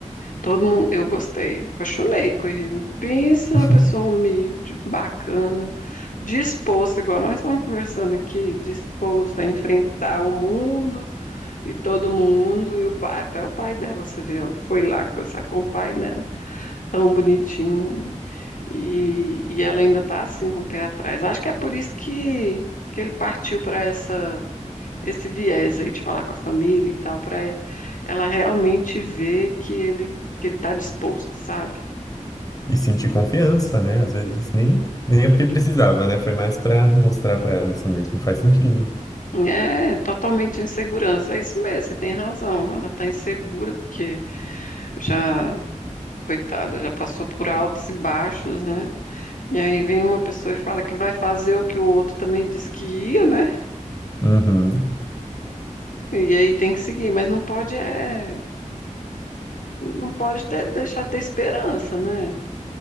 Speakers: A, on the left (about 85°); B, on the left (about 25°).
A: Todo mundo, eu gostei, apaixonei com ele. Pensa
B: <laughs>
A: numa pessoa humilde, bacana, disposta, igual nós estamos conversando aqui, disposta a enfrentar o mundo e todo mundo, e o pai, até o pai dela, você viu, ela foi lá conversar com o pai dela, tão bonitinho. E, e ela ainda está assim com o pé atrás. Acho que é por isso que, que ele partiu para essa esse viés aí de falar com a família e tal, para ela realmente ver que ele que ele está disposto, sabe?
B: E sentir confiança, né? Às vezes nem, nem é porque precisava, né? Foi mais pra mostrar pra ela isso mesmo. Faz sentido.
A: É totalmente insegurança, é isso mesmo, você tem razão. Ela está insegura porque já, coitada, já passou por altos e baixos, né? E aí vem uma pessoa e fala que vai fazer o que o outro também disse que ia, né?
B: Uhum.
A: E aí tem que seguir, mas não pode é, não pode ter- deixar de ter esperança, né?